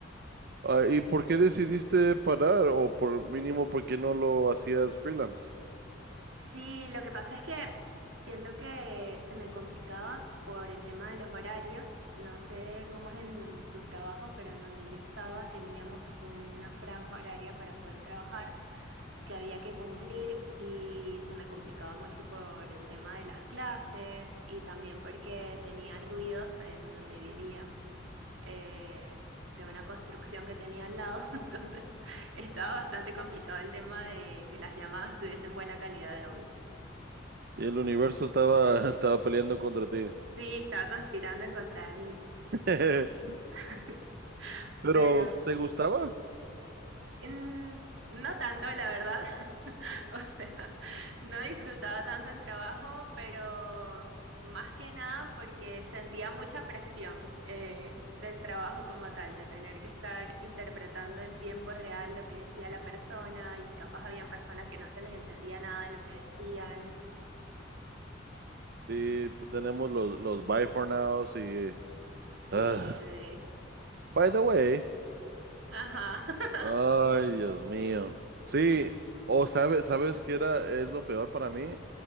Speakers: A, on the right (about 55°); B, on the right (about 70°).
A: Ah, ¿y por qué decidiste parar? O por mínimo, ¿por qué no lo hacías freelance?
B: Sí, lo que pasa es que siento que se me complicaba por el tema de los horarios. No sé cómo es en tu trabajo, pero en donde yo estaba teníamos una franja horaria para poder trabajar. que había que cumplir y se me complicaba mucho por el tema de las clases y también porque tenía ruidos en donde vivía eh, de una construcción que tenía al lado, <laughs> entonces estaba bastante complicado el tema de que las llamadas tuviesen buena calidad de audio.
A: Y el universo estaba, <laughs> estaba peleando contra ti.
B: Sí, estaba conspirando en contra de mí,
A: <laughs>
B: <laughs>
A: Pero,
B: pero
A: ¿te gustaba?
B: Mm, No tanto, la verdad. <laughs> O sea, no disfrutaba tanto el trabajo, pero más que nada porque sentía mucha presión eh, del trabajo como tal, de tener que estar interpretando en tiempo real lo que decía la persona y capaz habían personas que no se les entendía nada de lo que decían.
A: Sí, tenemos los, los Buy for Nows y...
B: Sí.
A: ah. by the way.
B: Ajá. <laughs>
A: Ay, Dios mío. Sí, o sabes, sabes qué era, es lo peor para mí.